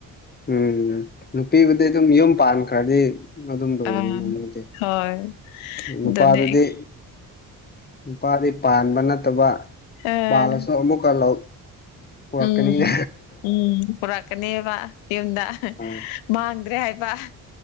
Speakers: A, on the left; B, on the left.
A: ꯎꯝ ꯅꯨꯄꯤꯕꯨꯗꯤ ꯑꯗꯨꯝ ꯌꯨꯝ ꯄꯥꯟꯈ꯭ꯔꯗꯤ ꯑꯗꯨꯝ ꯂ ꯑꯣꯏꯔꯦ
B: ꯑꯥ
A: ꯅꯣꯡꯃꯒꯤꯗꯤ
B: ꯍꯣꯏ
A: ꯅꯨꯄꯥꯗꯗꯤ
B: ꯑꯗꯨꯅꯦ
A: ꯅꯨꯄꯥꯗꯤ ꯄꯥꯟꯕ ꯅꯠꯇꯕ
B: ꯑꯥ
A: ꯄꯥꯜꯂꯁꯨ ꯑꯃꯨꯛꯀ ꯂꯧ ꯄꯨꯔꯛꯀꯅꯤꯅ
B: ꯎꯝ ꯎꯝ ꯄꯨꯔꯛꯀꯅꯦꯕ ꯌꯨꯝꯗ
A: ꯍꯣꯏ
B: ꯃꯥꯡꯗ꯭ꯔꯦ ꯍꯥꯏ <inaudible>